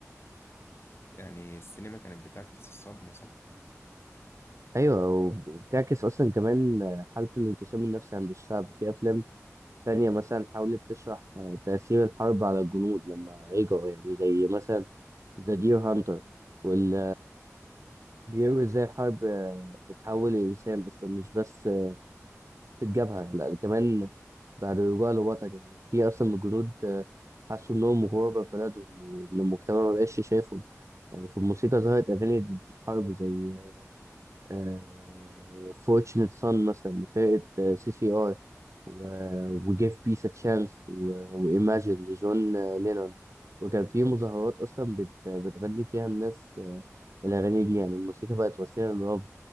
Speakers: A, on the left; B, on the right.
A: يعني السينما كانت بتعكس الصدمة صح؟
B: أيوة وب- وبتعكس أصلا كمان حالة الانقسام النفسي عند الشعب في أفلام تانية مثلا حاولت تشرح تأثير الحرب على الجنود لما رجعوا يعني زي مثلا ذا دير هانتر وال بيروي ازاي الحرب بتحول الإنسان أصلا مش بس في الجبهة لا كمان بعد رجوع للوطن يعني كتير أصلا من الجنود آه، حسوا إنهم غربة في بلدهم وإن المجتمع مبقاش شايفهم يعني في الموسيقى ظهرت أغاني ضد الحرب زي آه، Fortunate Son مثلا لفرقة سي سي آر و Give Peace a Chance و و Imagine لجون آه، لينون وكان في مظاهرات أصلا بت بتغني فيها الناس آه، الأغاني دي يعني الموسيقى بقت وسيلة للرفض